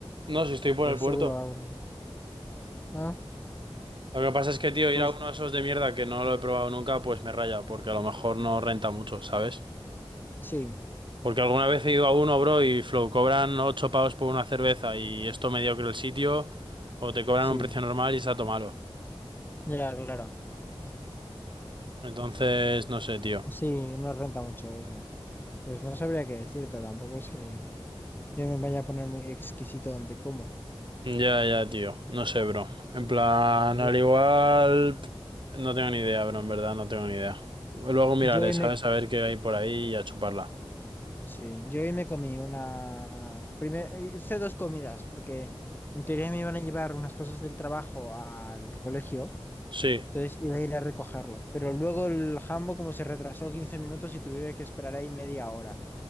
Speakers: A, on the right; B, on the left.
A: No, si estoy por
B: Que
A: el
B: ahí
A: puerto.
B: seguro abren. Ah,
A: Lo que pasa es que, tío, ir
B: pues
A: a uno de esos de mierda que no lo he probado nunca, pues me raya, porque a lo mejor no renta mucho, ¿sabes?
B: sí.
A: Porque alguna vez he ido a uno, bro, y flow, cobran 8 pavos por una cerveza y esto mediocre el sitio, o te cobran
B: Sí,
A: un precio normal y está todo malo.
B: ya, claro.
A: Entonces, no sé, tío.
B: Sí, no renta mucho eso. Pues no sabría qué decirte, tampoco es que yo me vaya a poner muy exquisito donde como.
A: Ya, ya, tío. No sé, bro. En plan,
B: Yo,
A: al igual... No tengo ni idea, bro. En verdad, no tengo ni idea. Luego miraré,
B: yo hoy
A: ¿sabes?
B: me,
A: A ver qué hay por ahí y a chuparla.
B: sí, yo hoy me comí una, primer, hice dos comidas, porque en teoría me iban a llevar unas cosas del trabajo al colegio,
A: Sí.
B: entonces iba a ir a recogerlo. Pero luego el jambo como se retrasó 15 minutos y tuve que esperar ahí media hora.